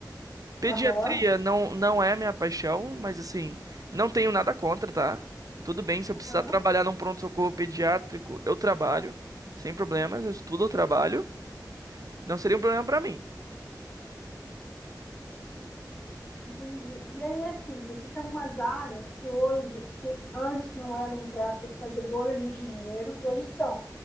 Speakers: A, on the right; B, on the left.
A: Pediatria
B: aham,
A: não, não é minha paixão, mas assim, não tenho nada contra, tá? Tudo bem, se eu
B: aham,
A: precisar trabalhar num pronto-socorro pediátrico, eu trabalho, sem problemas, eu estudo, eu trabalho. Não seria um problema pra mim.
B: entendi. E aí, assim, existem algumas áreas que hoje, que antes não eram, entre aspas, fazedoras de dinheiro, que hoje são.